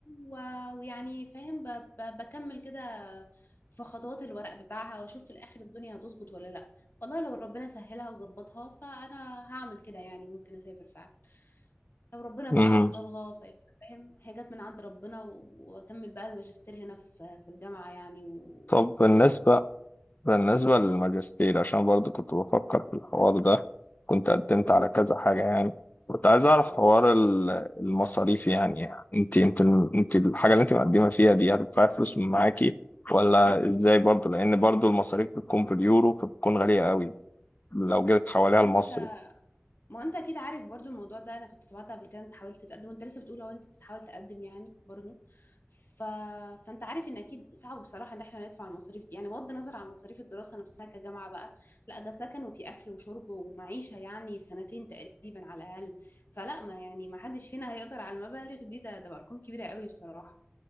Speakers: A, on the left; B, on the left.
A: و... ويعني فاهم ب... ب... بكمل كده في خطوات الورق بتاعها واشوف في الاخر الدنيا هتظبط ولا لا والله لو ربنا سهلها وظبطها فانا هعمل كده يعني ممكن اسافر فعلا لو ربنا
B: أمم.
A: بقى عطلها فيبقى فاهم هي جت من عند ربنا و... واكمل بقى الماجستير هنا في في الجامعة يعني و...
B: طب
A: وخلاص
B: بالنسبه بالنسبة للماجستير عشان برضو كنت بفكر في الحوار ده كنت قدمت
A: امم
B: على كذا حاجة يعني كنت عايز أعرف
A: اه
B: حوار ال- المصاريف يعني أنت أنت أنت الحاجة اللي أنت مقدمة فيها دي هتدفعي فلوس من معاكي ولا إزاي
A: فعلا.
B: برضو لأن برضو المصاريف بتكون باليورو فبتكون غالية قوي لو جيت حواليها
A: ما هو
B: المصري
A: انت ما انت اكيد عارف برضو الموضوع ده انا كنت سمعت قبل كده انت حاولت تقدم وانت لسه بتقول هو انت بتحاول تقدم يعني برضو ف... فانت عارف ان اكيد صعب بصراحه ان احنا ندفع المصاريف دي يعني بغض النظر عن مصاريف الدراسه نفسها كجامعه بقى لا ده سكن وفي اكل وشرب ومعيشه يعني سنتين تقريبا على الاقل فلا ما يعني ما حدش فينا هيقدر على المبالغ دي ده ده ارقام كبيره قوي بصراحه